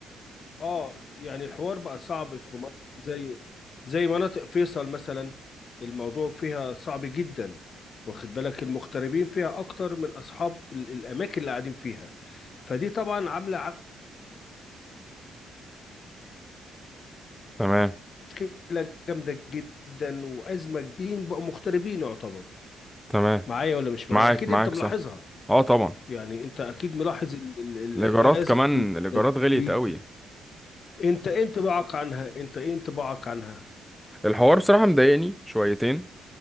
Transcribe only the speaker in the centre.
تمام
تمام
معاك
معاك
صح اه طبعا
الإيجارات
كمان الإيجارات غليت
قوي
الحوار بصراحة مضايقني شويتين